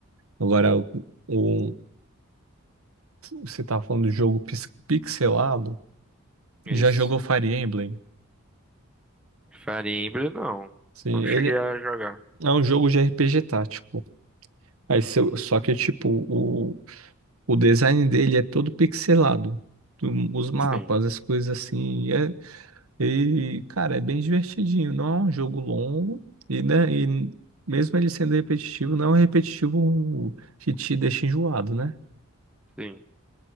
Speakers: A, on the right (about 80°); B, in the centre.
A: Agora, o, o- você tá falando do jogo pix- pixelado.
B: Isso.
A: Já jogou Fire Emblem?
B: Fire Emblem, não.
A: Sim,
B: Não
A: ele
B: cheguei a jogar.
A: é um jogo de RPG tático. Aí,
B: Hum,
A: seu- só que, tipo, O design dele é todo pixelado. Tu- Os mapas,
B: sim,
A: as coisas assim. E, é- e, cara, é bem divertidinho. Não é um jogo longo. E, né, e mesmo ele sendo repetitivo, não é um repetitivo que te deixa enjoado, né?
B: sim.